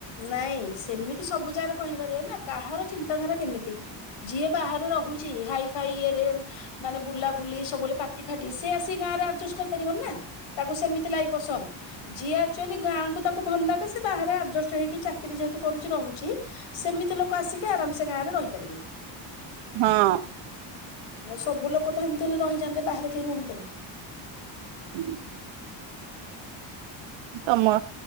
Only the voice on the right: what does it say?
ହଁ।
ହୁଁ। ତମ